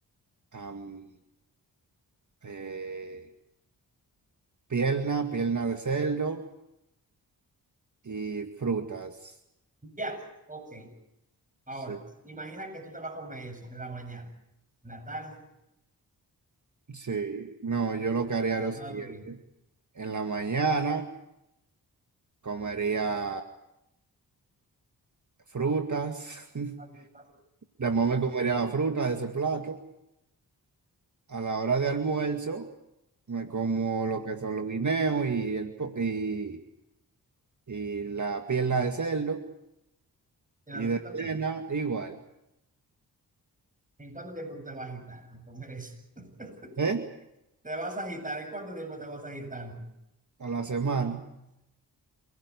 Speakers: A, on the right; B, on the right.
A: am, eh, pierna, pierna de cerdo y frutas.
B: Ya, ok. Ahora,
A: Sí,
B: imagina que tú te vas a comer eso en la mañana, en la tarde,
A: sí, no, yo lo que haría
B: para
A: es lo
B: toda
A: siguiente.
B: tu vida.
A: En la mañana comería frutas, <laughs>
B: Está
A: después me comería la fruta de ese plato. A la hora de almuerzo, me como lo que son los guineos y, el, po- y, y la pierna de cerdo.
B: Y en
A: Y
B: la noche
A: de
B: también.
A: cena, igual.
B: ¿En cuánto tiempo tú te vas a agitar? ¿Cómo eres? <laughs>
A: ¿Eh?
B: ¿Te vas a agitar? ¿En cuánto tiempo te vas a agitar?
A: A la semana.